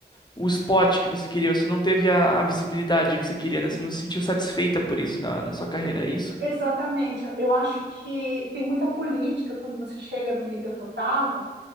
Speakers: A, on the left; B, on the right.
A: o spot que você queria, você não teve a, a visibilidade que você queria, né? Você não se sentiu satisfeita por isso na, na sua carreira, é isso?
B: Exatamente. Eu acho que tem muita política quando você chega no nível que eu estava,